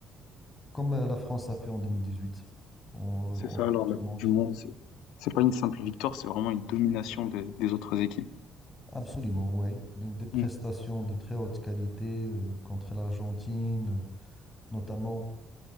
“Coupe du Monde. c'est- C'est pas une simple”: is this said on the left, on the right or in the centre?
Left